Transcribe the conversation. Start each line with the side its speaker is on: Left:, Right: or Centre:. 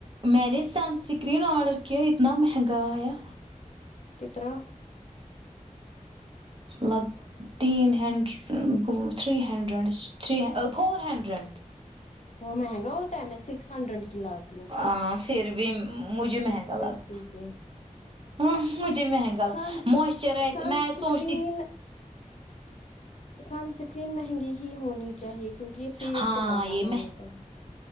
Right: میں نے سن سکرین آرڈر کیا اتنا مہنگا آیا
Left: کتنا
Right: لگ تین hundred three hundred three four hundred
Left: وہ مہنگا ہوتا ہے میں سکس ہنڈریڈ کی لات
Right: آ پھر بھی مجھے
Left: سکس
Right: مہنگا
Left: ففٹی
Right: لگا
Left: کے
Right: ہاں مجھے مہنگا
Left: سن
Right: موئسچرائز
Left: سن
Right: میں
Left: اسکرین
Right: آ سوچتی
Left: سنسکریم مہنگی ہی ہونی چاہیے کیونکہ یہ فیس
Right: ہاں
Left: کو لگانا
Right: یہ میں
Left: ہوتا ہے